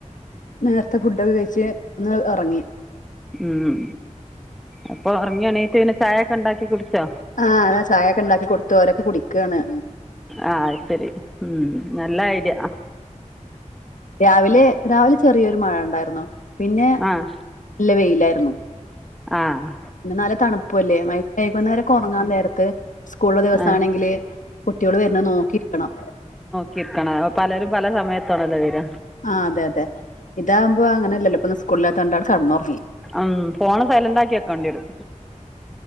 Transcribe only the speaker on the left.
നേരത്തെ ഫുഡൊക്കെ കയ്ച്ച് ഒന്ന്ഉറങ്ങി
ആഹ് അത ചായയൊക്കെ ഉണ്ടാക്കി കൊടുത്തു അവരൊക്കെ കുടിക്കയാണ്‌
രാവിലെ രാവിലെ ചെറിയൊരു മഴ ഉണ്ടായിരുന്നു പിന്നെ
ഇല്ല വെയിലായിർന്നു
പിന്ന നല്ല തണുപ്പു അല്ലേ മൈ കൈകുന്നേരം ഒക്കെ ഉറങ്ങാൻ നേരത്ത് സ്കൂളുള്ള ദിവസാണെങ്കില്
കുട്ടികള് വരുന്ന നോക്കിയിരിക്കണം
ആ അതെ അതെ ഇതാവുമ്പോ അങ്ങന അല്ലല്ലോ ഇപ്പൊ സ്കൂളിലാത്ത കൊണ്ടാണ് കടന്നോ